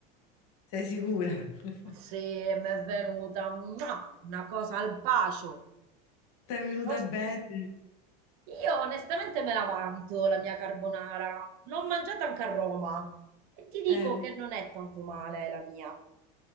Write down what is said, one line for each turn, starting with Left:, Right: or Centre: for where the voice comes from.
Left: Sei sicura? <laughs>
Right: se mi è venuta mua, una cosa al bacio.
Left: Ti è venuta
Right: Lo- s-
Left: bene?
Right: Io onestamente me la vanto la mia carbonara. L'ho mangiata anche a Roma e ti dico
Left: Eh,
Right: che non è tanto male eh, la mia.